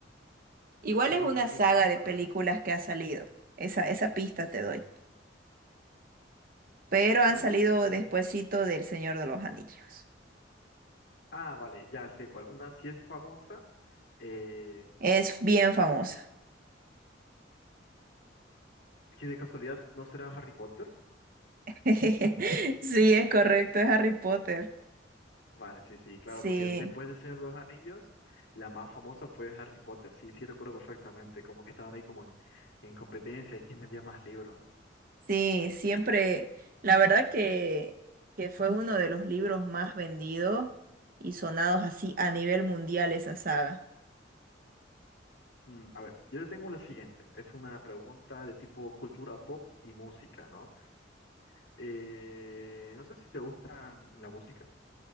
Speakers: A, on the right; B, on the left.
A: Igual
B: Series
A: es una
B: de libros.
A: saga de
B: A
A: películas
B: ver,
A: que ha salido. Esa, esa pista te doy. Pero han
B: a
A: salido
B: ver.
A: despuesito del Señor de los Anillos.
B: Ah, vale, ya sé cuál. Una sí es famosa, eh,
A: Es bien
B: eh,
A: famosa.
B: que de casualidad no será Harry Potter.
A: <laughs> Sí, es correcto, es Harry Potter.
B: Vale, sí, sí, claro,
A: Sí.
B: porque después de Señor de los Anillos, la más famosa fue Harry Potter. Sí, sí, recuerdo perfectamente, como que estaban ahí como en, en competencia, de quién vendía más libros.
A: Sí, siempre, la verdad que, que fue uno de los libros más vendidos y sonados así a nivel mundial esa saga.
B: Mm, a ver, yo te tengo la siguiente. Es una pregunta de tipo cultura pop y música, ¿no? Eh, no sé si te gustan la música.